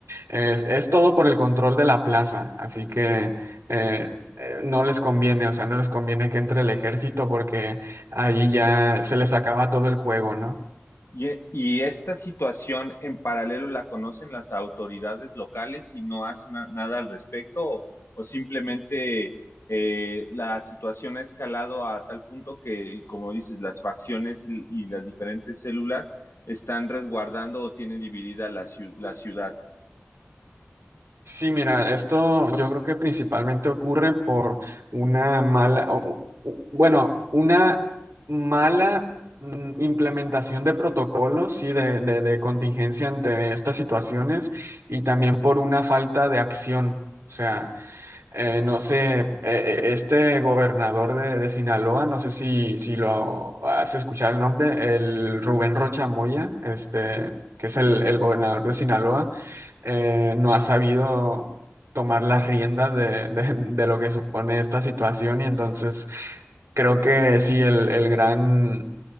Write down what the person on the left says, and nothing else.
Y, y esta situación en paralelo la conocen las autoridades locales y no hacen na- nada al respecto o, o simplemente eh, la situación ha escalado a tal punto que, como dices, las facciones y, y las diferentes células están resguardando o tienen dividida la, ciu- la ciudad.